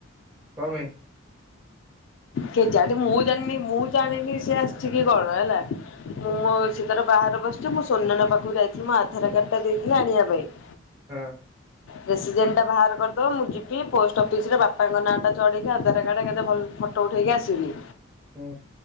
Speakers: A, on the right; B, on the left.
A: କଣ ପାଇଁ
B: କେଜାଣି ମୁଁ ଜାଣିନି ମୁଁ ଜାଣିନି ସେ ଆସିିଚି କି କଣ ହେଲା।
A: ହୁଁ
B: ମୁଁ ମୋ ସେ ତାର ବାହାରେ ବସିଛି ମୁଁ ସୋନ ନାନା ପାଖକୁ ଯାଇଛି ମୋ ଆଧାର କାର୍ଡ ଟା ଦେଇକି ଆଣିବା ପାଇଁ।
A: ହୁଁ।
B: ରେସିଡେଣ୍ଟ ଟା ବାହାର କରିଦବ ମୁଁ ଯିବି ପୋଷ୍ଟ ଅଫିସରେ ବାପାଙ୍କ ନାଁଟା ଚଢ଼େଇକି ଆଧାର କାର୍ଡ଼ କେତେ ଭଲ ଫଟ ଫୋଟୋ ଉଠେଇକି ଆସିବି।
A: ହୁଁ।